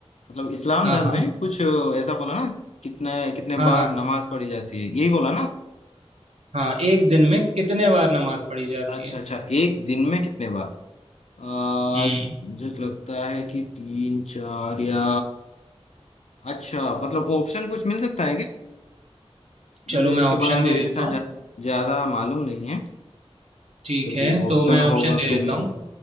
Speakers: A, on the left; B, on the right.
A: मतलब इस्लाम
B: हाँ
A: धर्म
B: हाँ
A: में कुछ अ, ऐसा बोला ना कितने कितने
B: हाँ
A: बार
B: हाँ
A: नमाज पढ़ी जाती है यही बोला ना
B: हाँ एक दिन में कितने बार नमाज पढ़ी जाती
A: अच्छा
B: है
A: अच्छा एक दिन में कितने बार आ,
B: हम्म
A: मुझे तो लगता है कि तीन चार या अच्छा मतलब ऑप्शन कुछ मिल सकता है क्या
B: चलो
A: मुझे
B: मैं
A: इसके
B: ऑप्शन
A: बारे में
B: दे देता
A: इतना
B: हूँ
A: जा, ज्यादा मालूम नहीं है
B: ठीक
A: फिर
B: है
A: भी ऑप्शन
B: तो मैं ऑप्शन
A: होगा
B: दे
A: तो
B: देता
A: मैं
B: हूँ